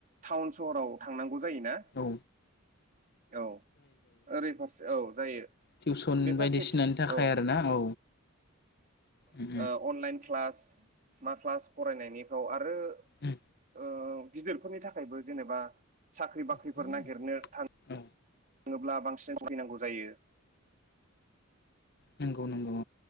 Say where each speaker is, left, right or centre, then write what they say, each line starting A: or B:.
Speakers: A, on the right; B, on the left.
A: टाउन सहराव थांनांगौ। जायो ना
B: औ
A: औ ओरै फारसे औ जायो
B: टिउसन
A: बेफोर
B: बायदिसिनानि
A: खेथ
B: थाखाय
A: औ
B: आरोना औ उम उम
A: अनलाइन क्लास। मा क्लास फरायनायनिफ्राव आरो।
B: उम
A: ओ गिदिरफोरनि थाखायबो जेनेबा साख्रि बाख्रिफोर
B: उम
A: नागिरनो थाखाय।
B: औ
A: बुङोब्ला बांसिन भुगिनांगौ जायो।
B: नंगौ नंगौ।